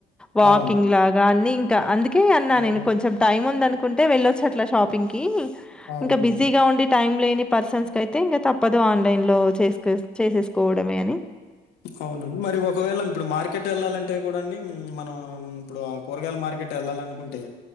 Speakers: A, in the centre; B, on the left.
A: వాకింగ్
B: అవును.
A: లాగా అన్ని ఇంకా అందుక అన్నా
B: అవును.
A: నేను కొంచెం టైమ్ ఉందను కుంటే వెళ్ళొచ్చ అట్లా షాపింగ్ కి
B: అవునవును.
A: ఇంకా బిజీగా ఉండి టైం లేని పర్సన్స్ క అయితే ఇంకా తప్పదు ఆన్లైన్ లో చే చే కోవడమే అని
B: అవునండి మరి ఒకవేళ ఇప్పుడు మార్కెట్ వెళ్ళాలంటే కూడా అండి మనం ఇప్పుడు ఆ కూరగాయల మార్కెట్ వెళ్ళాలినుకుంటే